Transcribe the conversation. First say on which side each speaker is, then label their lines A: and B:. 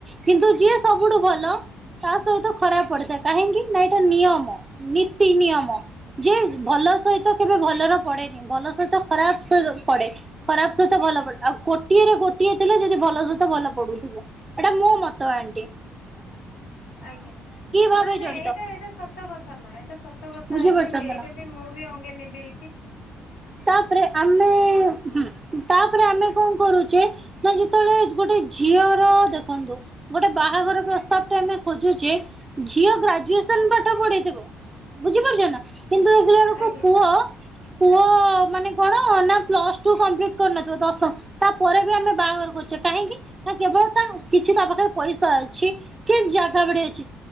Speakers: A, on the right (about 25°); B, on the left (about 75°).
A: କିନ୍ତୁ ଯିଏ ସବୁଠୁ ଭଲ ତାସହିତ ଖରାପ ପଡିଥାଏ କାହିଁକି ନା ଏଇଟା ନିୟମ ନୀତି ନିୟମ? ଯେ ଭଲ ସହିତ କେବେ ଭଲର ପଡେନି ଭଲ ସହିତ ଖରାପ ସହିତ ପଡେ। ଖରାପ ସହିତ ଭଲ ପଡେ ଆଉ କୋଟିଏରେ ଗୋଟିଏ ଥିଲା ଯଦି ଭଲ ସହିତ ଭଲ ପଡୁଥିବ ଏଇଟା ମୋ ମତ। ଏମିତି
B: ଆଜ୍ଞା
A: ଭାବେ
B: ନାଇଁ ନାଇଁ
A: ଜଡିତ
B: ଏଇଟା ଏଇଟା ସତ କଥା ମା ଏଟା ସତ କଥା।
A: ବୁଝିପାରୁଛନ୍ତି
B: ତା <unintelligible> ଏଇଟାବି
A: ନା।
B: ମୁଁବି ଅଙ୍ଗେ ନିଭେଇଚି।
A: ତାପରେ ଆମେ ହୁଁ ତାପରେ ଆମେ କଣ କରୁଚେ ନା ଯେତେବେଳେ ଗୋଟେ ଝିଅ ତ ଦେଖନ୍ତୁ ଗୋଟେ ବାହାଘର ପ୍ରସ୍ତାବଟା ଆମେ ଖୋଜୁଚେ ଝିଅ ଗ୍ରାଜୁଏସନ ପାଠ ପଢିଥିବ ବୁଝିପାରୁଚନା କିନ୍ତୁ ଦେଖିଲା ବେଳକୁ
B: ଆଜ୍ଞା।
A: ପୁଅ ପୁଅ ମାନେ କଣ ନା ପ୍ଲସ ଟୁ କମ୍ପ୍ଲିଟ କରିନଥିବ ଦଶମ ତାପରେବି ଆମେ ବାହାଘର କରୁଚେ କାହିଁକି? ନା କେବଳ ତା କିଛି ତାପାଖରେ ପଇସା ଅଛି କି ଜାଗା ବାଡି ଅଛି।